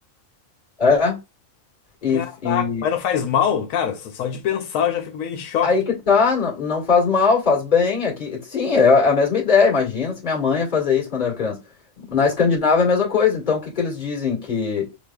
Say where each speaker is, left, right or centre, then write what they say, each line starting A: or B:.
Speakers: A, on the left; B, on the left.
A: É. E,
B: Caraca, mas não faz mal? Cara, só só de pensar eu já fico meio em choque.
A: Aí que tá, não, não faz mal, faz bem. Aqui, sim, é a mesma ideia. Imagina se minha mãe ia fazer isso quando eu era criança. Na Escandinávia é a mesma coisa. Então, o que que eles dizem? Que